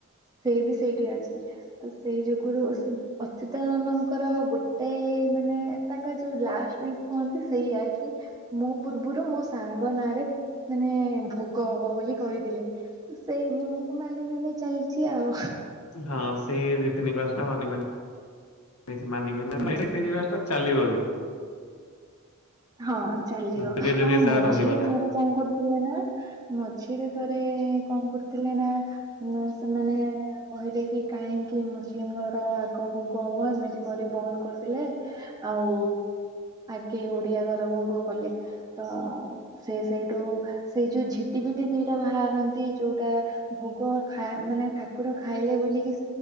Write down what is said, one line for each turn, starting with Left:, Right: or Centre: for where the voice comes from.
Right: ସେଇ ବି ସେଇଠି ଅଛି। ତ ସେଇ ଯୋଗରୁ ଅଚ୍ୟୁତାନନ୍ଦଙ୍କର ଗୋଟାଏ ମାନେ ତାଙ୍କ ଯୋଉ ଲାଷ୍ଟ ଉଇକ କୁହନ୍ତି। ସେଇୟଆ କି ମୋ ପୂର୍ବରୁ ମୋ ସାଙ୍ଗ ନାଁରେ ମାନେ ଭୋଗ ହବ ବୋଲି କହିଥିଲେ। ତ ସେଇ ନିୟମକୁ ମାନି ମାନି ଚାଲିଛି ଆଉ।
Left: ହଁ ସେ ତିନି ବାସ ଟା ମାନି ମାନି
Right: ହୁଁ,
Left: ତିନିଟା ଚାଲିବ ବି
Right: ହଁ ଚାଲିବ
Left: ହୁଁ, ଯୁଗେ ଯୁଗେ
Right: ହଁ
Left: ତା
Right: ମଝିରେ
Left: ରହିବ ତା
Right: ଥରେ କଣ କରୁଥିଲେ ନା ମଝିରେ ଥରେ କଣ କରୁଥିଲେ ନା ସେମାନେ କହିଲେ କି କାହିଁକି ମୁସଲିମର ଆଗ ଭୋଗ ହବ ଏମିତି କରି ବନ୍ଦ କରିଦେଲେ ଆଉ ଆଗେ ଓଡିଆ ଘର ଭୋଗ କଲେ। ତ ସେ ସେଇଠୁ ସେଇ ଯୋଉ ଝିଟି ପିଟି ଦିଟା ବାହାରନ୍ତି ଯୋଉଟା ଭୋଗ ଖା ମାନେ ଠାକୁର ଖାଇଲେ ବୋଲିକି